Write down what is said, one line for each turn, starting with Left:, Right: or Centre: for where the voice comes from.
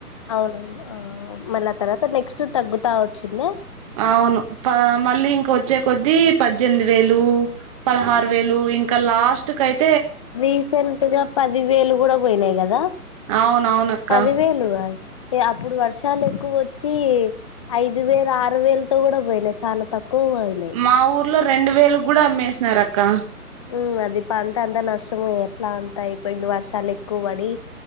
Left: ఔన ఆ మళ్ళ తర్వాత నెక్స్ట్ తగ్గుతా వచ్చింద్యా
Right: ఔను పా మళ్ళీ ఇంక వచ్చే కొద్దీ పజ్జెమ్ది వేలూ పదహారు వేలూ ఇంక లాస్టు కైత్
Left: రీసెంటుగ పది వేలు గుడ బోయ్నయ్ గద
Right: అవునవునక్క
Left: పదివేలు గాద్ అప్పుడు వర్షాలెక్కువోచ్చి ఐదు వేలు ఆరు వేలతో కూడా పోయినాయి చాలా తక్కువ పోయినాయి
Right: మా ఊర్లో రెండు వేలు కూడా అమ్మేసినారక్క
Left: ఉ అది పంటంతా నష్టం ఎట్లా అంత అయిపోయింది వర్షాలు ఎక్కువ పడి